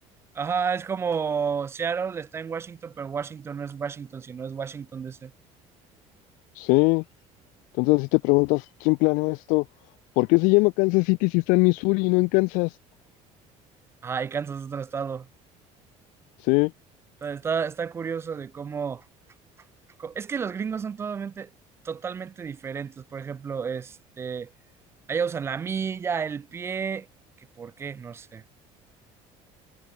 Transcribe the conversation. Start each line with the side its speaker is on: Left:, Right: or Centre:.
Right: Ajá, es como Seattle está en Washington, pero Washington no es Washington, sino es Washington DC.
Left: Sí, entonces así te preguntas, ¿quién planeó esto? ¿Por qué se llama Kansas City si está en Missouri y no en Kansas?
Right: Ajá, y Kansas es otro estado.
Left: Sí.
Right: Está, está, está curioso de cómo co- Es que los gringos son totalmente, totalmente diferentes. Por ejemplo, este, allá usan la milla, el pie, que por qué, no sé.